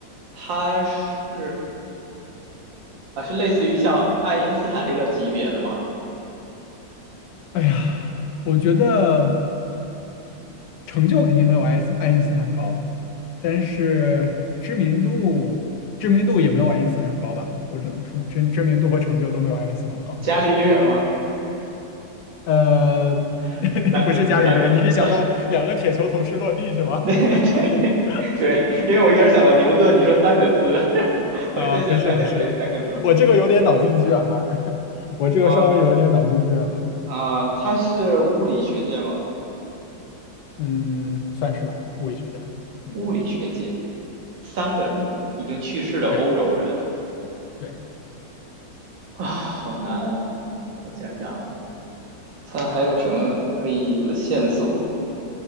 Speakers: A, on the right; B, on the left.
A: 他是啊，是类似于像爱因斯坦这个级别的吗？
B: 哎呀，我觉得。成就肯定没有爱因斯爱因斯坦高，但是知名度知名度也没有爱因斯坦高吧？我只能说知知名度和成就都没有爱因斯坦高。
A: 伽利略吗？
B: 呃，
A: <laughs>
B: <laughs>
A: 三个三个三
B: 不是伽利略，你是想到两个铁球同时落地是吗？
A: <laughs> 对对对，
B: <laughs>
A: 因为我一开始想了牛顿，你说三个字，<laughs>
B: 啊，
A: 我就在想还能有谁三个字
B: 不是不是，我这个有点脑筋急转弯，<laughs> 我这个稍微有一点脑筋急转弯，
A: 啊啊？他是物理学界吗？
B: 嗯，算是吧，物理学家，嗯，
A: 物理学界三个字，已经去世的欧洲人
B: 对对
A: 啊，好难啊！我想想，他还有什么可以有的线索？